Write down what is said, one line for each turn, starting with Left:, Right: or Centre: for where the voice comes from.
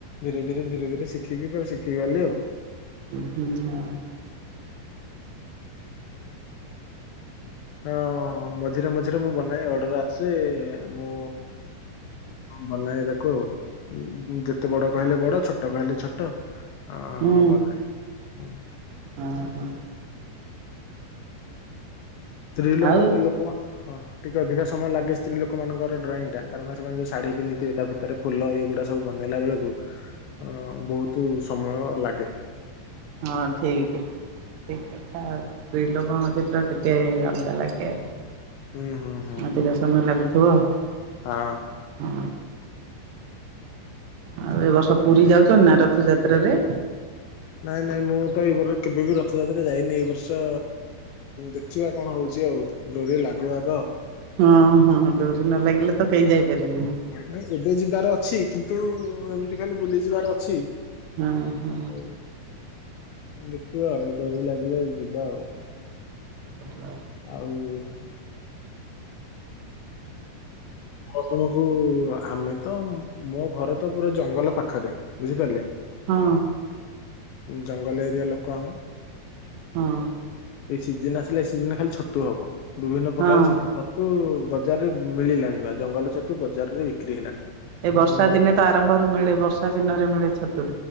Left: ଧୀରେ ଧୀରେ ଧୀରେ ଧୀରେ ଶିଖିକି ପୁରା ଶିଖିକି ଗଲି ଆଉ।
Right: ହୁଁ ଆଉ
Left: ହଁ ମଝିରେ ମଝିରେ ମୁଁ ବନାଏ ଅର୍ଡର ଆସେ ମୁଁ ବନେଇ ତାକୁ ଆଉ ଯେତେ ବଡ କହିଲେ ବଡ ଛୋଟ କହିଲେ ଛୋଟ। ଅ
Right: ହୁଁ
Left: ହଁ ବନାଏ ହଁ।
Right: ହଁ ହୋ।
Left: ସ୍ତ୍ରୀ ଲୋକ
Right: ଆଉ
Left: ଲୋକ ହଁ ଟିକେ ଅଧିକା ସମୟ ଲାଗେ ସ୍ତ୍ରୀ ଲୋକମାନଙ୍କର ଡ୍ରଇଂ ଟା କାରଣ ସେମାନେ ଯୋଉ ଶାଢୀ଼ ପିନ୍ଧଥିବେ ତା ଭିତରେ ଫୁଲ ଏଇଗୁଡା ସବୁ ବନେଇଲା ବେଳକୁ ଅ ବହୁତ ସମୟ ଲାଗେ।
Right: ହଁ ଠିକ। ଠିକ୍ କଥା। ସ୍ତ୍ରୀ ଲୋକଙ୍କ ଚିତ୍ର ଟିକେ ଅଲଗା ଲାଗେ।
Left: ହୁଁ ହୁଁ ହଁ
Right: ଅଧିକ
Left: ହଁ।
Right: <inaudible>
Left: ହଁ।
Right: ହଁ ଆଉ ଏ ବର୍ଷ ପୁରୀ ଯାଉଛ ନା ରଥ ଯାତ୍ରାରେ?
Left: ନାଇଁ ନାଇଁ ମୁଁ ତ ଏଇ ବର୍ଷ କେବେ ବିି ରଥଯାତ୍ରା ଯାଇନି ଏଇ ବର୍ଷ ଦେଖିବା କଣ ହଉଛି? ଚି ଆଉ ଡୋରି ଲାଗୁ ଆଗ।
Right: ହଁ ହଁ ଡୋ଼ରି ନ ଲାଗିଲେ ତ କେହି ଯାଇପାରିବେନି।
Left: ହଁ ନାଇଁ ଏବେ ଯିବାର ଅଛି କିନ୍ତୁ ଏମିତି ଖାଲି ବୁଲି ଯିବାର ଅଛି।
Right: ହୁଁ ହୁଁ
Left: ଆଉ ଦେଖିବା ଆ ଡ଼ୋରି ଲାଗିଲେ ଯିବା ଆଉ।
Right: ଭଲ
Left: ଆଉ ଆପଣଙ୍କୁ ଆମେ ତ ମୋ ଘରେ ତ ପୁରା ଜଙ୍ଗଲ ପାଖରେ ବୁଝିପାରିଲେ?
Right: ହଁ
Left: ଅ ଜଙ୍ଗଲ ଏରିଆ ଲୋକ ଆମେ।
Right: ହଁ
Left: ଏଇ ସିଜିନ ଆସିଲେ ଏଇ ସିଜିନ ଖାଲି ଛତୁ ହବ, ବିଭିନ୍ନ ପ୍ରକାର
Right: ହଁ
Left: ଛତୁ ଛତୁ ବଜାରରେ ମିଳିଲାଣି ବା ଜଙ୍ଗଲ ତୁ ବଜାରରେ ବିକ୍ରି ହେଲାଣି।
Right: ଏ ବର୍ଷା
Left: ମୁଁ
Right: ଦିନେ ତ ଆରମ୍ଭରୁ ମିଳେ ବର୍ଷା ଦିନରେ ମିଳେ ଛତୁ।